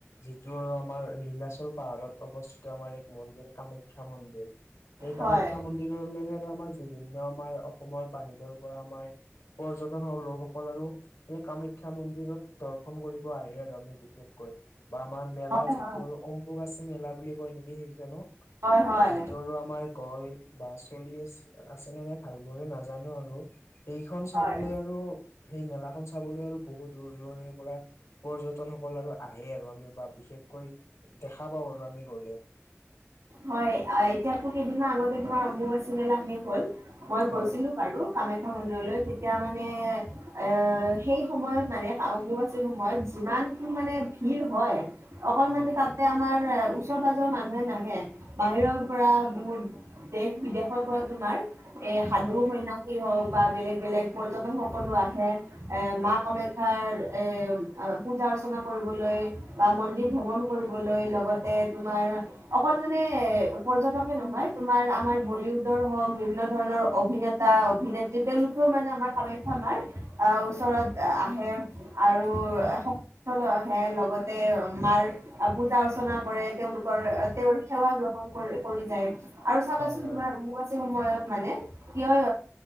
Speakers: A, on the left; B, on the right.
A: যিটো আৰু আমাৰ লীলাচল পাহাৰত অৱস্থিত আমাৰ এক মন্দিৰ কামাখ্যা মন্দিৰ- সেই কামাখ্যা
B: হয়
A: মন্দিৰৰ লগৰে আমাৰ বিভিন্ন আমাৰ অসমৰ বাহিৰৰ পৰা আমাৰ পৰ্যটন সহ লোকসকল আৰু- সেই কামাখ্যা মন্দিৰত দৰ্শন কৰিব আহে আৰু আমি বিশেষকৈ বা আমাৰ মেলা
B: হয়
A: যিটো আৰু অম্বুক আছে মেলা বুলি কয় নেকি সেইখনো
B: হয় হয়
A: অঁ'‌ যিটো আৰু আমাৰ <unintelligible> বা চলি আছে, আছেনে নাই ভালদৰে নাজানোঁ আৰু। সেইখন চাবলৈ
B: হয়।
A: আৰু সেই মেলাখন চাবলৈ আৰু বহু দূৰ দূৰে পৰা পৰ্যটন সকল আৰু আহে আৰু আমি বা বিশেষকৈ দেখা পাওঁ আৰু আমি গ'লে।
B: হয়, এতিয়াতো কেইদিনমান আগতে তোমাৰ অম্বুবাচী মেলা শেষ হ'ল, মই
A: হয়
B: গৈছিলোঁ বাৰু- কামাখ্যা মন্দিৰলৈ। তেতিয়া মানে- এ সেই সময়ত মানে অম্বুবাচীৰ সময়ত যিমানটো মানে ভিৰ হয়- অকল
A: হয়
B: মানে তাতে আমাৰ ওচৰ পাজৰ মানুহে নাহে বাহিৰৰ পৰা বহুত দেশ বিদেশৰ পৰা তোমাৰ এ সাধু
A: হয়
B: সন্ন্যাসীৰ- হওঁক বা বেলেগ বেলেগ পৰ্যটক সকলো আহে, এ মা কামাখ্যাৰ এ অঁ' পূজা অৰ্চনা কৰিবলৈ- বা মন্দিৰ ভ্ৰমণ কৰিবলৈ, লগতে তোমাৰ অকল মানে পৰ্যটকে নহয় তোমাৰ আমাৰ বলিউডৰ হওক বিভিন্ন ধৰণৰ অভিনে তা-অভিনেত্ৰী তেওঁলোকেও মানে আমাৰ কামাখ্যা আমাৰ আহ' ওচৰত আহে। আৰু
A: হয়
B: <unintelligible> আহে লগতে আমাৰ পূজা অৰ্চনা- কৰে, তেওঁলোকৰ তেওঁৰ সেৱা গ্ৰহণ কৰি কৰি যায় আৰু চাবাচোন
A: হয় হয়
B: তোমাৰ <unintelligible> সময়ত মানে কি হয়